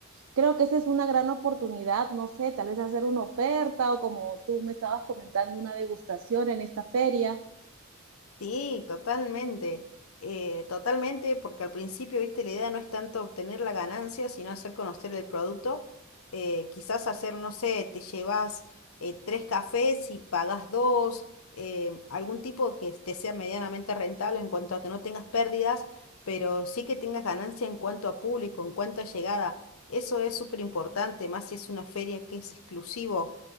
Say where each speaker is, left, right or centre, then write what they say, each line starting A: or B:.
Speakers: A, on the right (about 70°); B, on the left (about 80°).
A: creo que esa es una gran oportunidad, no sé, tal vez hacer una oferta o como tú me estabas comentando, una degustación en esta feria.
B: Sí, totalmente, eh, totalmente, porque al principio, viste, la idea no es tanto obtener la ganancia, sino hacer conocer el producto. Eh, quizás hacer, no sé, te llevas eh, tres cafés y pagas dos, eh, algún tipo que te sea medianamente rentable en cuanto a que no tengas pérdidas, pero sí que tengas ganancia en cuanto a público, en cuanto a llegada. Eso es súper importante, más si es una feria que es exclusivo